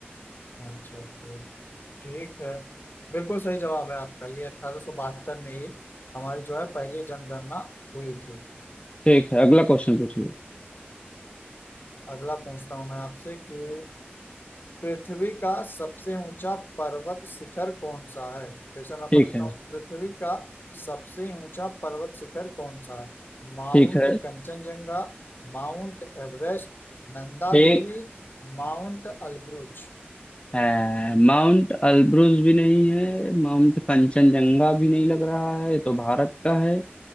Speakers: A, on the left; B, on the left.
A: अच्छा ठीक है बिल्कुल सही जवाब है आपका ये अठारह सौ बहत्तर में ही हमारी जो है पहली जनगणना हुई थी
B: ठीक है अगला क्वेश्चन पूछिए
A: अगला पूछता हूँ मैं आपसे कि पृथ्वी का सबसे ऊंचा पर्वत शिखर कौन सा है फिर से मैं
B: ठीक
A: पढ़ देता
B: है
A: हूँ पृथ्वी का सबसे ऊंचा पर्वत शिखर कौन सा है Mount
B: ठीक है
A: Kanchenjunga Mount Everest Nanda
B: ठीक
A: Devi Mount Elbrus
B: है माउंट अल्ब्रुज भी नहीं है माउंट कंचनजंगा भी नहीं लग रहा है ये तो भारत का है